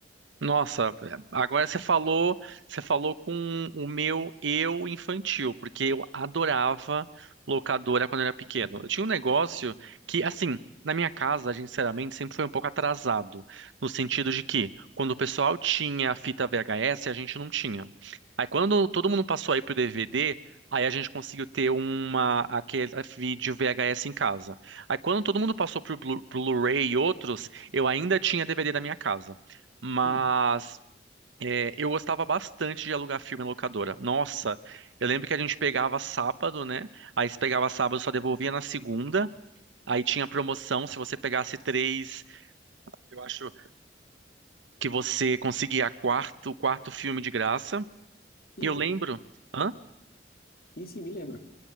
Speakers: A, on the right (about 90°); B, on the left (about 55°).
A: Nossa, agora você falou, você falou com o meu eu infantil, porque eu adorava locadora quando eu era pequeno. Eu tinha um negócio que, assim, na minha casa, a gente sinceramente sempre foi um pouco atrasado, no sentido de que quando o pessoal tinha a fita VHS, a gente não tinha. Aí quando todo mundo passou aí pro DVD, aí a gente conseguiu ter uma aquele vídeo VHS em casa. Aí quando todo mundo passou pro Blu- pro Blu-ray e outros, eu ainda tinha DVD na minha casa. Mas
B: Sim,
A: é, eu gostava bastante de alugar filme em locadora. Nossa, eu lembro que a gente pegava sábado, né? Aí se pegava sábado, só devolvia na segunda. Aí tinha promoção, se você pegasse três, eu acho que você conseguia quarto, o quarto filme de graça.
B: sim,
A: E eu lembro. hã?
B: Sim, sim, me lembro.